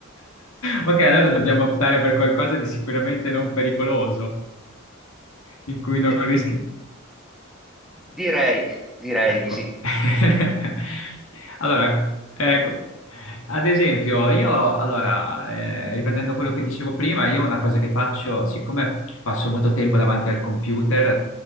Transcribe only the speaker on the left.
Ok, allora dobbiamo optare per qualcosa di sicuramente non pericoloso, in cui non
rischi.
Ecco.
<laughs> Allora, ecco, ad esempio, io, allora, eh, riprendendo quello che dicevo prima, io una cosa che faccio, siccome passo molto tempo davanti al computer,